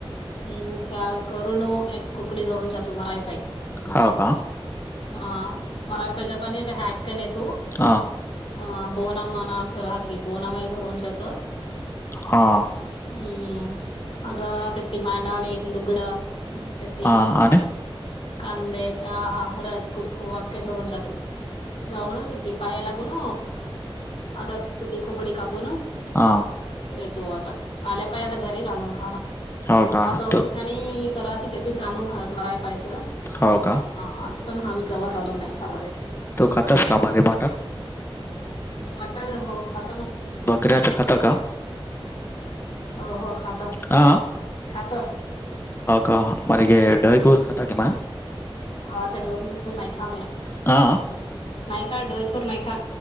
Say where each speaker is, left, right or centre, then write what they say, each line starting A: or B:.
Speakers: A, on the left; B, on the left.
A: हम्म त्या करून एक खुकडी धरून ज तू मारय पाई.
B: हो का.
A: हा मरा पाहिजे होता आणि आता हॅक का नाही तू.
B: हां.
A: अ बोनामणा असं राहत की बोनामाही धरून जात.
B: हा.
A: हम्म आता त्या ते मांडाले एक लुगडं. ते
B: ह आर.
A: कांदे ह हा हरद कुक्कू वाक्य धरून जातो. जाऊनच ते पाया लागून. आता ती खोकडी कापू ना.
B: हां.
A: येतो आता आल्या पाहि आता घरी रा आणून खाण
B: हो का
A: आताज
B: तू
A: आणि कराच त्या तेच राांधून खातात मलाय पायसं
B: हो का.
A: हा आता पण हमी कावार रानून नाही खवार येते.
B: तू कतास कामाारी म.
A: मटर हो आता ना.
B: बकऱ्याचं खातं का.
A: हो हो खातो
B: हा
A: खातो
B: का मला ग. कोर खाता केमा.
A: आ दोणी खर नायका म
B: हा
A: नायका दो खर नायका.